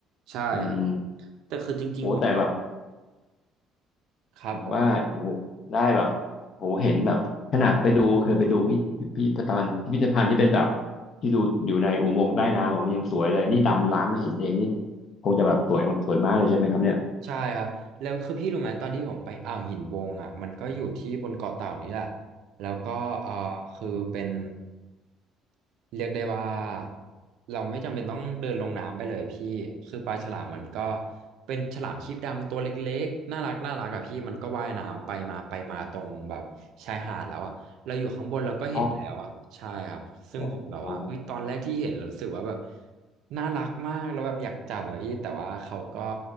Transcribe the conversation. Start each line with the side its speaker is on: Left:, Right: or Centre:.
Right: ใช่ครับ
Left: อืม
Right: แต่คือจริงๆผมก็
Left: โหแต่แบบ
Right: ครับผม
Left: ว่าโอ้โหได้แบบโอ้โหเห็นแบบขนาดไปดูเคยไปดูพิพิพิธภัณฑ์พิพิธภัณฑ์ที่เป็นแบบที่ดูอยู่ในอุโมงค์ใต้น้ำอะมันยังสวยเลยนี่ดำล้ำมาเห็นเองนี่คงจะแบบสวยสวยมากเลยใช่ไหมครับเนี่ย
Right: ใช่ครับแล้วคือพี่รู้ไหมตอนที่ผมไปอ่าวหินวงอ่ะมันก็อยู่ที่บนเกาะเต่านี้แหละ แล้วก็เอ่อคือเป็นเรียกได้ว่าเราไม่จำเป็นต้องเดินลงน้ำไปเลยพี่คือปลาฉลามมันก็เป็นฉลามครีบดำตัวเล็กๆน่ารักน่ารักอะพี่มันก็ว่ายน้ำไปมาไปมาตรงแบบชายหาดแล้วอะเราอยู่ข้างบนเราก็เห็นแล้วอะใช่ครับซึ่งผมแบบว่าเฮ้ยตอนแรกที่เห็นเรารู้สึกว่าแบบ
Left: อ๋อโอ้โห
Right: น่ารักมากแล้วแบบอยากจับอะพี่แต่ว่าเขาก็